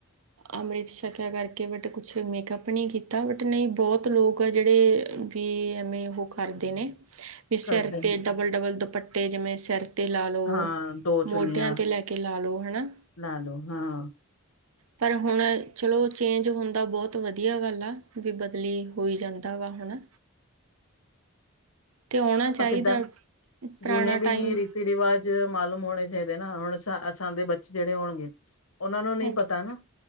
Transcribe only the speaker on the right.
ਅੰਮ੍ਰਿਤ ਛਕਿਆ ਕਰਕੇ ਬਟ ਕੁਛ ਮੇਕਅੱਪ ਨਹੀਂ ਕੀਤਾ ਬਟ ਨਹੀਂ ਬਹੁਤ ਲੋਕ ਆ ਜਿਹੜੇ ਵੀ ਐਵੇਂ ਉਹ ਕਰਦੇ ਨੇ, ਵੀ
ਸਿਰ ਤੇ ਡਬਲ ਡਬਲ ਦੁਪੱਟੇ ਜਿਵੇਂ ਸਿਰ ਤੇ ਲਾ ਲੋ,
ਮੋਢਿਆਂ
ਤੇ ਲੈ ਕੇ ਲਾ ਲਓ ਹਨਾ
ਪਰ ਹੁਣ ਚਲੋ ਚੇਂਜ ਹੁੰਦਾ ਬਹੁਤ ਵਧੀਆ ਗੱਲ ਆ ਵੀ ਬਦਲੀ ਹੋਈ ਜਾਂਦਾ ਵਾ ਹਨਾਂ। ਤੇ ਆਉਣਾ ਚਾਹੀਦਾ
ਪੁਰਾਣਾ
ਟਾਈਮ।
ਹਾਂਜੀ